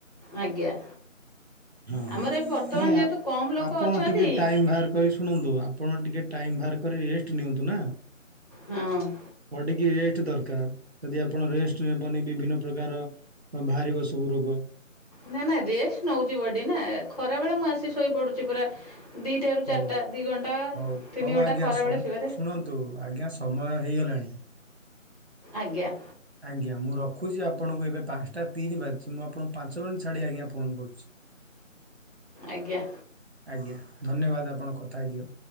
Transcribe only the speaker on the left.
ଆଜ୍ଞା।
ଆମର ଏ ବର୍ତ୍ତମାନ
ଯେହେତୁ
କମ୍ ଲୋକ ଅଛନ୍ତି
ହଁ
ନାଁ ନାଁ ରେଷ୍ଟ ନୋଉଚି ବଡି ନା ଖରା ବେଳେ ମୁଁ ଆସି ଶୋଇ ପଡୁଚି ପୁରା ଦିଟାରୁ
ଚାରିଟା ଦି ଘଣ୍ଟା
ତିନି
ଘଣ୍ଟା
ଖରାବେଳେ
ଶୋଇବାରେ
ଆଜ୍ଞା।
ଆଜ୍ଞା